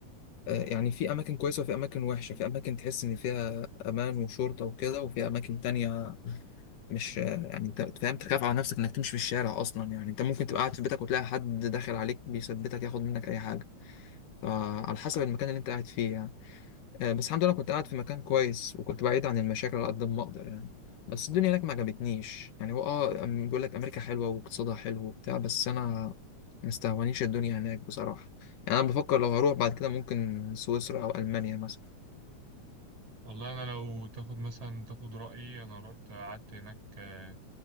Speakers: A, on the left (about 85°); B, on the right (about 65°).
A: آه، يعني في أماكن كويسة وفي أماكن وحشة في أماكن تحس إن فيها أمان وشرطة وكده وفي أماكن تانية مش آه، يعني أنت فاهم تخاف على نفسك إنك تمشي في الشارع أصلا يعني أنت ممكن تبقى قاعد في بيتك وتلاقي حد داخل عليك بيثبتك ياخد منك أي حاجة فعلى حسب المكان اللي أنت قاعد فيه يعني. آه، بس الحمد لله كنت قاعد في مكان كويس وكنت بعيد عن المشاكل على قد ما اقدر يعني بس الدنيا هناك ما عجبتنيش يعني هو اه أم- بيقول لك امريكا حلوه واقتصادها حلو وبتاع بس انا مستهونيش الدنيا هناك بصراحه يعني انا بفكر لو هروح بعد كده ممكن سويسرا او المانيا مثلا
B: والله انا لو تاخد مثلا تاخد رايي انا رحت قعدت هناك آه،